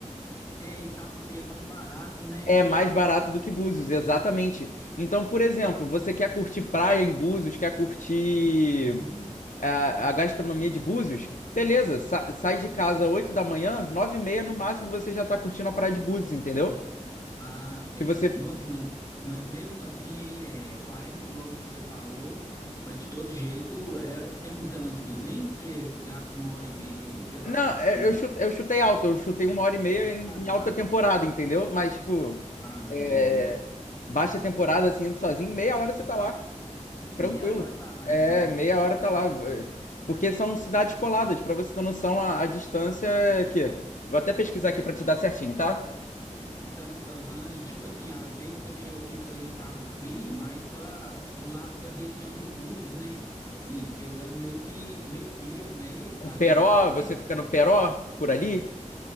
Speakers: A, on the left; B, on the left.
A: é, e Cabo Frio é mais barato, né?
B: É mais barato do que Búzios, exatamente. Então, por exemplo, você quer curtir praia em Búzios, quer curtir.
A: Uhum.
B: a, a gastronomia de Búzios, beleza, sa- sai de casa 8 da manhã, 9 e meia no máximo você já tá curtindo a praia de Búzios, entendeu?
A: Ah, certo.
B: Se você.
A: Nossa, mas, mas mesmo assim, hein, é 40 quilômetros que você falou, mas de todo jeito é, tem um trânsitozinho, porque gasta uma hora e meia aí pelas
B: Não, é,
A: contas.
B: eu chu- eu chutei alto, eu chutei uma hora e meia em, em
A: Tá,
B: alta temporada, entendeu? Mas, tipo,
A: não,
B: é,
A: beleza.
B: baixa temporada, assim, indo sozinho, meia hora você tá lá, tranquilo.
A: Meia hora tá lá
B: É,
A: então.
B: meia hora tá lá. é, Porque são cidades coladas, pra você ter noção, a, a distância é que. Vou até pesquisar aqui pra te dar certinho, tá?
A: Então, aham, e tipo assim, às vezes também eu fico ali em Cabo Frio, mas para pro lado da região de Búzios, né? Assim, pegando meio que meio termo, né? Isso,
B: O
A: às
B: Peró,
A: vezes dá certo.
B: você fica no Peró, por ali.